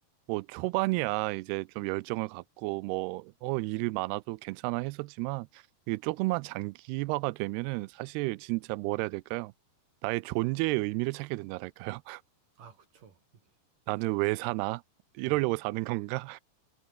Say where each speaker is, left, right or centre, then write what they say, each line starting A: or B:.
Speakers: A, on the right; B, on the right.
A: 뭐 초반이야 이제 좀 열정을 갖고 뭐 어, 일이 많아도 괜찮아 했었지만 이게 조금만 장기화가 되면은 사실 진짜 뭘 해야 될까요? 나의 존재의 의미를 찾게 된다랄까요? <laughs>
B: 아, 그쵸. 이게.
A: 나는 왜 사나? 이러려고
B: 예,
A: 사는 건가?